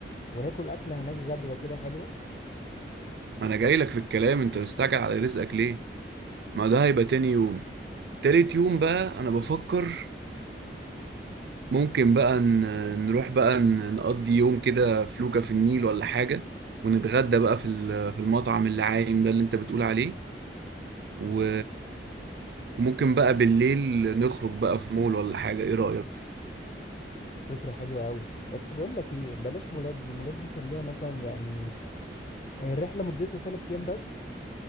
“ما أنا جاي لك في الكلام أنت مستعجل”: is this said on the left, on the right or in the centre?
Right